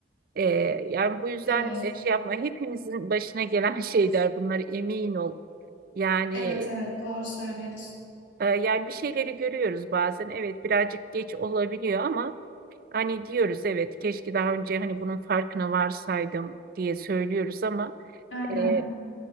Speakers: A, on the right; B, on the left.
A: Ee, yani bu yüzden
B: Evet.
A: e, şey yapma hepimizin başına gelen <laughs> şeyler bunlar emin ol. Yani
B: Evet evet doğru söylüyorsun.
A: e, yani bir şeyleri görüyoruz bazen. Evet birazcık geç olabiliyor ama hani diyoruz evet keşke daha önce hani bunun farkına varsaydım diye söylüyoruz ama
B: Aynen.
A: e,